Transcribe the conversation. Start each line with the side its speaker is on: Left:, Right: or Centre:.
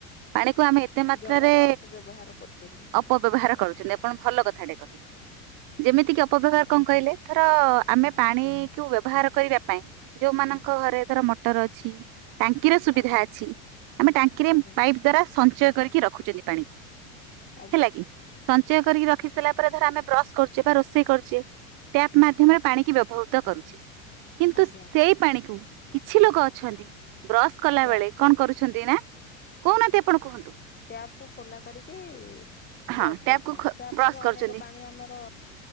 Right: ପାଣିକୁ ଆମେ ଏତେ ମାତ୍ରାରେ
Left: ଜଳର ଅପବ୍ୟବହାର କରୁଛନ୍ତି।
Right: ଅପବ୍ୟବହାର କରୁଛନ୍ତି ଆପଣ ଭଲ କଥାଟେ କହିବେ। ଯେମିତି କିି ଅପବ୍ୟବହାର କଣ କହିଲେ ଥର ଆମେ ପାଣି କୁ ବ୍ୟବହାର କରିବା ପାଇଁ। ଯୋଉମାନଙ୍କ ଘରେ ଧର ମଟର ଅଛି ଟାଙ୍କିର ସୁବିଧା
Left: ଆଜ୍ଞା
Right: ଅଛି ଆମେ ଟାଙ୍କିରେ
Left: ଆଜ୍ଞା
Right: ପାଇପ୍ ଦ୍ଵାରା ସଞ୍ଚୟ କରିକି ରଖୁଛନ୍ତି ପାଣିକୁ
Left: ଆଜ୍ଞା
Right: ହେଲା କି। ସଞ୍ଚୟ କରିକି ରଖି ସାରିଲା ପରେ ଧ ଆମେ ବ୍ରସ କରୁଛେ ବା ରୋଷେଇ କରୁଛେ। ଟ୍ୟାପ୍ ମାଧ୍ୟମରେ ପାଣିକି ବ୍ୟବହୃତ କରୁଛି। କିନ୍ତୁ
Left: ଆଜ୍ଞା
Right: ସେଇ
Left: ଆଜ୍ଞା
Right: ପାଣି କୁ କିଛି ଲୋକ ଅଛନ୍ତି ବ୍ରଶ କଲା
Left: ଟ୍ୟାପକୁ
Right: ବେଳେ କଣ କରୁ। ଛନ୍ତି ନା କହୁନାହାନ୍ତି ଆପଣ କୁହନ୍ତୁ।
Left: ଟ୍ୟାବକୁୁ ଖୋଲା କରିକି।
Right: ହଁ
Left: ବ୍ରଶ
Right: ଟ୍ୟାପକୁ
Left: କରୁଛନ୍ତି
Right: ଖୋ
Left: ଯାହା ଫଳରେ
Right: ବ୍ରସ୍
Left: ଅନେକ
Right: କରୁଛନ୍ତି
Left: ପାଣି ଆମର।